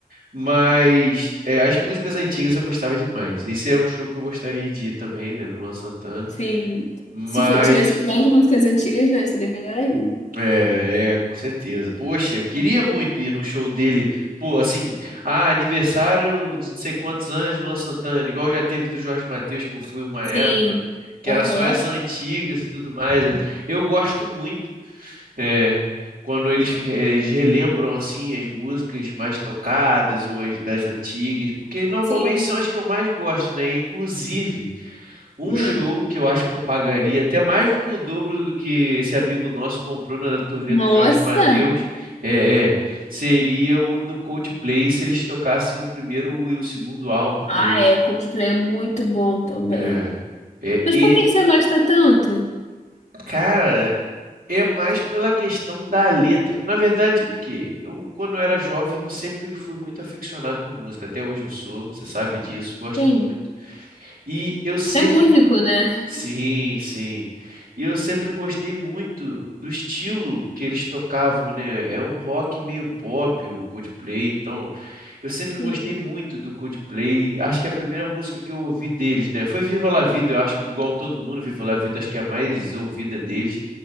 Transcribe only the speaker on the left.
sim.
Se for- tivesse só as músicas antigas, né? Seria melhor ainda.
Sim.
Aham.
Sim.
Hum.
Nossa!
Ah,
é. Coldplay é muito bom também.
Mas
por que que você gosta tanto?
Sim.
É músico, né?
Sim.